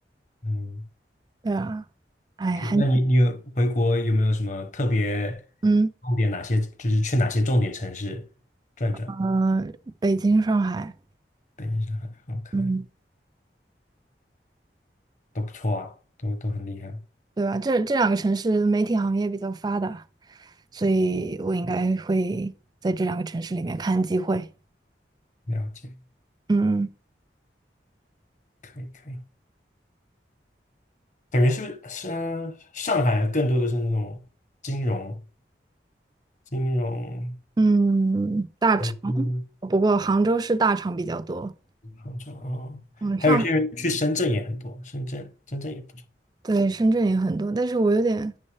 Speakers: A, on the left; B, on the right.
A: 嗯，
B: 对啊，哎，
A: 是。
B: 还
A: 那你你有回国有没有什么特别
B: 嗯
A: 重点？哪些就是去哪些重点城市转转？
B: 嗯、呃北京、上海，
A: 北京、上海，好看，
B: 嗯。
A: 都不错，都都很厉害。
B: 对吧？这这两个城市媒体行业比较发达，所以我应该会在这两个城市里面看机会。
A: 了解，
B: 嗯
A: 可以可以。感觉是不是呃上海更多的是那种金融、金融、
B: 嗯，大厂，
A: 台资、
B: 不过杭州是大厂比较多。
A: 杭州哦，
B: 嗯，
A: 还有一些人去深圳也很多，
B: 上，
A: 深圳深圳也不错。
B: 对，深圳也很多，但是我有点，